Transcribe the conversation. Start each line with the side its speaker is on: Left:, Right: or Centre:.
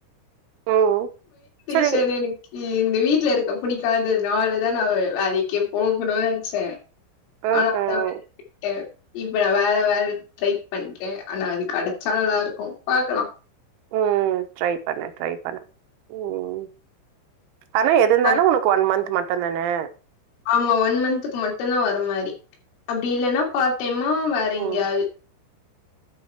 Right: ம் சரி
Left: யஷன் எனக்கு இந்த வீட்டுல இருக்க பிடிக்காததுனாலதான் நான் வேலைக்கே போகணும்னு நினைச்சேன்
Right: ம்ஹ்ம்.
Left: ஆன ப வறுவறு ட்ரை பண்றேன் ஆனா அது கிடைச்சா நல்லா இருக்கும் பாக்கலாம்
Right: உம் டரை பண்ணன் ட்ரை பண்ண உம் ஆனா எது இருந்தாலும்
Left: அப்
Right: உனக்கு ஒன் மந்த் மட்டும் பத்த தானே
Left: ஆமா ஒன் மந்த்துக்கு மட்டுும்்தான் வர மாதிரி அப்படி இல்லைன்னா பார் டைமா வரைங்காது
Right: ம்